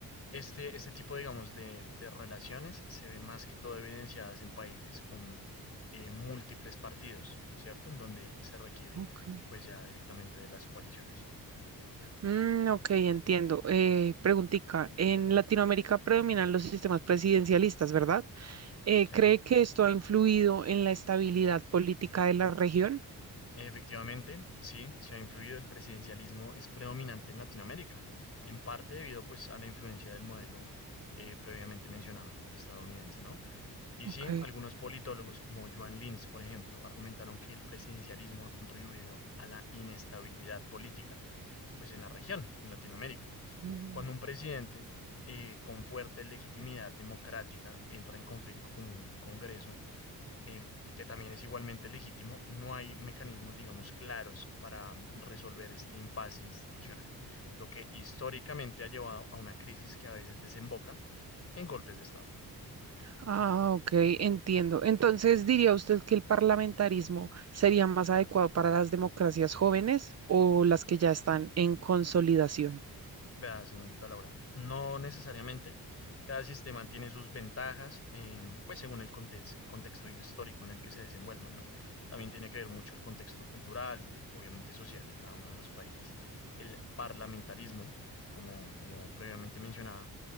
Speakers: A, on the left (about 40°); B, on the right (about 45°).
A: este, este tipo, digamos, de, de relaciones se ven más que todo evidenciadas en países con eh, múltiples partidos, ¿cierto? En donde se requiere,
B: ok.
A: pues ya directamente de las coaliciones.
B: Mm, ok, entiendo. Eh, preguntica, en Latinoamérica predominan los sistemas presidencialistas, ¿verdad? Eh,
A: ¿sí?
B: ¿cree que esto ha influido en la estabilidad política de la región?
A: Efectivamente, sí, se ha influido el presidencialismo, es predominante en Latinoamérica, en parte debido, pues, a la influencia del modelo eh, previamente mencionado, estadounidense, ¿no? Y
B: Ok.
A: sí, algunos politólogos como Joan Lins, por ejemplo, argumentaron que el presidencialismo ha contribuido a la inestabilidad política pues en la región, en Latinoamérica.
B: Mm.
A: Cuando un presidente eh, con fuerte legitimidad democrática entra en conflicto con un Congreso, eh, que también es igualmente legítimo, no hay mecanismos, digamos, claros para mm, resolver este impasse institucional, lo que históricamente ha llevado a una crisis que a veces desemboca en golpes de Estado.
B: Ah, ok, entiendo. Entonces, ¿diría usted que el parlamentarismo sería más adecuado para las democracias jóvenes o las que ya están en consolidación?
A: Vea, señorita Laura, no necesariamente. Cada sistema tiene sus ventajas, eh, pues según el contes- contexto histórico en el que se desenvuelvan, ¿no? También tiene que ver mucho el contexto cultural y obviamente social de cada uno de los países. El parlamentarismo, como, como previamente mencionaba,